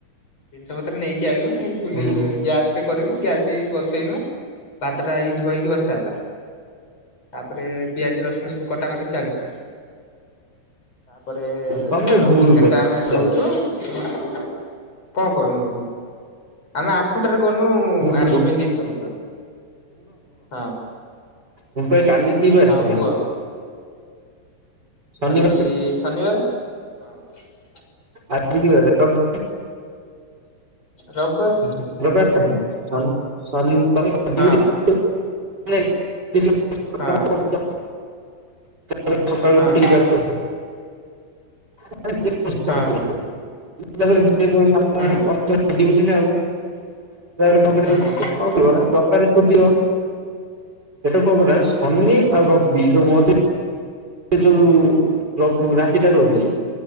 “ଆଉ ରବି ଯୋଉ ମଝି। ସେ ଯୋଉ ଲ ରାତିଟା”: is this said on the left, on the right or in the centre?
Right